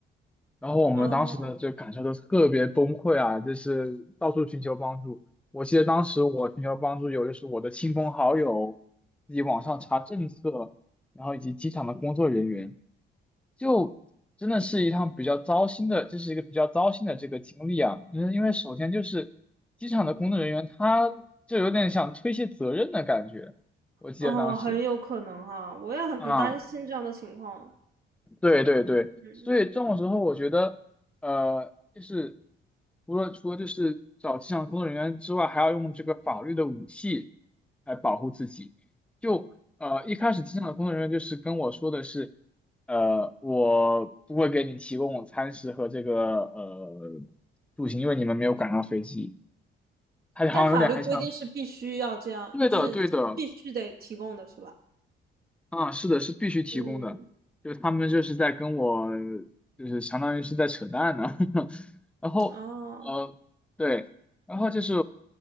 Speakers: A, in the centre; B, on the right.
A: 然后我们当时的这个感受都特别崩溃啊，
B: 哦
A: 就是到处寻求帮助。我记得当时我寻求帮助有就是我的亲朋好友，自己网上查政策，然后以及机场的工作人员，就真的是一趟比较糟心的，这是一个比较糟心的这个经历啊。就是因为首先就是机场的工作人员，他就有点想推卸责任的感觉，我记得当时
B: 哦，很有可能哈，我也很担心这样的情况。
A: 啊。对对对，
B: 嗯
A: 所以这种时候，我觉得，呃，就是除了除了就是找机场工作人员之外，还要用这个法律的武器来保护自己。就呃，一开始机场的工作人员就是跟我说的是，呃，我不会给你提供餐食和这个呃住行，因为你们没有赶上飞机。他好像有点还想，
B: 但法律规定是必须要这样，
A: 对的对的，
B: 就是必须得提供的是吧？
A: 啊，是的，是必须提供的，
B: 嗯，
A: 就是他们就是在跟我，就是相当于是在扯淡呢。<laughs> 然后，
B: 哦，
A: 呃，对，然后就是